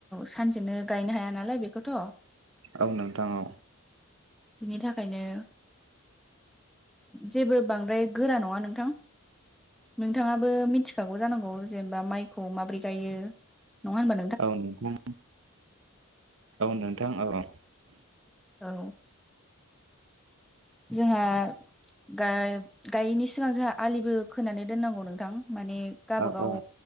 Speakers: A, in the centre; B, on the right.
A: सानसेनो गायनो हाया नालाय बेखौथ'।
B: औ नोंथां औ।
A: बिनि थाखायनो जेबो बांद्राय गोरा नङा नोंथां। नोंथाङाबो मिथिखागौ जानांगौ जेनेबा माइखौ माबोरै गायो। नङा होनबा
B: औ नोंथां। औ नोंथां औ।
A: औ जोंहा गा- गायैनि सिगां जोंहा आलिबो खोनानै दोननांगौ नोंथां। माने गाबागाव
B: औ औ